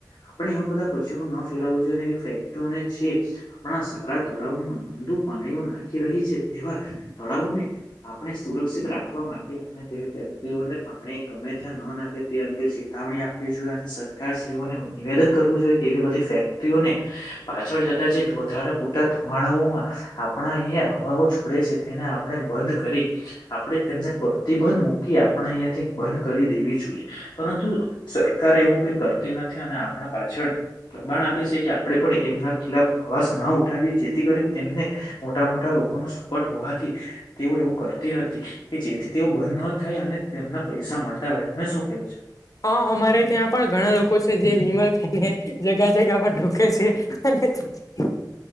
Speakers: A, on the left; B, on the left.
A: આપણે એવા બધા કચરો ન ફેલાવો જોઈએ અને એવી ફેક્ટરીઓને જે. આપણા સારા તળાવમાં ગંદુ પાણીઓ નાખી રહી છે તેવા તળાવોને આપણે. સુરક્ષિત રાખવા માટે આપણે તેવી ફેક્ટરીઓને પાણી ગમે ત્યાં ન નાખે તે અંગે. ચેતાવણી આપવી જોઈએ અને સરકારશ્રીઓને નિવેદન કરવું જોઈએ કે એવી બધી ફેક્ટરી. પાછળ જતા જે વધારે પૂતા ધુમાડાઓમાં આપણા અહંયા. હવા છોડે છે તેને આપણે બંધ કરી આપણે તેમને પ્રતિબંધ મૂકી આપ. આપણે અહીંયાથી બંધ કરી દેવી જોઈએ પરંતુ સરકાર એવું કઈ કરતી નથી અને આપણા. પાછળ દબાણ આપે છે કે આપણે પણ એમના ખિલાપ અવાજ ન ઉઠાવીએ. થી કરીને તેમને મોટા મોટા લોકો. લોકોનો સપોટ હોવાથી તેઓ એવું કરતી નથી કે જેથી તેઓ બંધ ન થાય અને તેમના પૈસા. મળતા હોય તમે શું કેવું છો.
B: હા અમારે ત્યાં પણ ઘણા લોકો છે જે વિમલ ખાઈને જગા જગા પર ઢૂકે છે. <inaudible>